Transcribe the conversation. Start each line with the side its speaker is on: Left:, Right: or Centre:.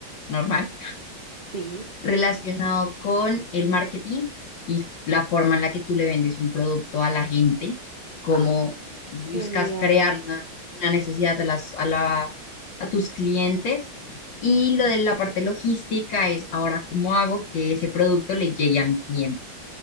Left: normal
Right: Sí.
Left: relacionado con el marketing y la forma en la que tú le vendes un producto a la gente, cómo
Right: Ah,
Left: buscas
Right: genial.
Left: crear una, una necesidad a, las, a, la, a tus clientes. Y lo de la parte logística es ahora cómo hago que ese producto le llegue a mi cliente.